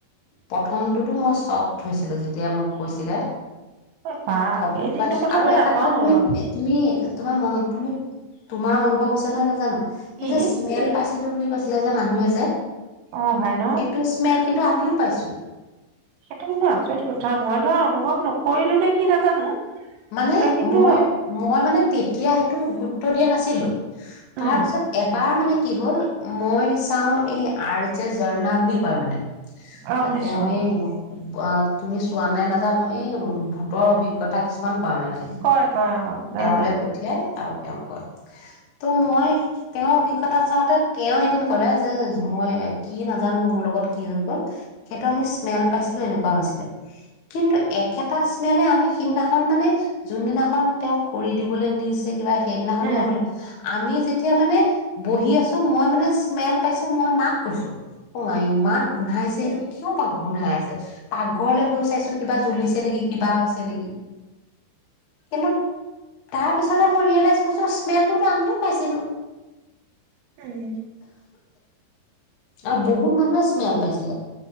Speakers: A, on the left; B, on the right.
A: প্ৰথমটোতো মই চখ হৈছিলো যেতিয়া মোক কৈছিলে
B: বা
A: খবৰটো
B: সেই দিনটোৰ
A: বা
B: কথা
A: আৰু
B: মই
A: এটা
B: নাপাহৰো
A: কথা তুমি
B: আৰু
A: শুনি তুমি তোমাৰ মনত তুমি তোমাৰ অনুভৱ হৈছে নে নাজানো সেই
B: কি
A: যে স্মেল পাইছিলো বুলি কৈছিলে যে মানুহ আ যে
B: অ ভাই ন
A: সেইটো স্মেল কিন্তু আমিও পাইছোঁ
B: সেইটো কিন্তু আচৰিত কথা মই ধৰা অনুভৱ নকৰিলো নে কি নাজানো
A: মানে
B: তই কিন্তু
A: মই মই মানে তেতিয়া সেইতো গুৰুত্ব দিয়া নাছিলো তাৰপিছত
B: উম
A: এবাৰ মানে কি হ'ল মই চাওঁ এই আৰ্য জঝৰ্ণা বুলি কয় মানে
B: অ
A: তাতে
B: বুজিছো
A: মই অ' তুমি চোৱা নাই নাজানো, এই ভূতৰ অভিজ্ঞতা কিছুমান কয় মানে।
B: কয় কয় অ ধৰা
A: তেওঁলৈ
B: নাই
A: পঠিয়াই আৰু তেওঁ কয়। ত' মই তেওঁৰ অভিজ্ঞতা চাওঁতে তেওঁ এদিন কলে যে মই কি নাজানো মোৰ লগত কি হৈ গ'ল, সেইটো আমি স্মেল পাইছিলো এনেকুৱা হৈছিলে। কিন্তু একেটা স্মেলে আমি সিদিনা খন মানে, যোনদিনাখন তেওঁক কৰি দিবলৈ নিছে কিবা সেইদিনাখনেও
B: উম
A: বোলে আমি যেতিয়া মানে, বহি আছো মই মানে স্মেল পাইছো মই মাক কৈছো, অ মা ইমান গোন্ধাইছে এইটো কিয় পাক গোন্ধাই আছে? পাকঘৰলৈ গৈ চাইছো কিবা জ্বলিছে নেকি, কিবা হৈছে নেকি? কিন্তু তাৰপিছতে ম‌ই <unintelligible> স্মেলতো আমিও পাইছিলো।
B: উম।
A: আৰু বহুত মানুহে স্মেল পাইছিলে।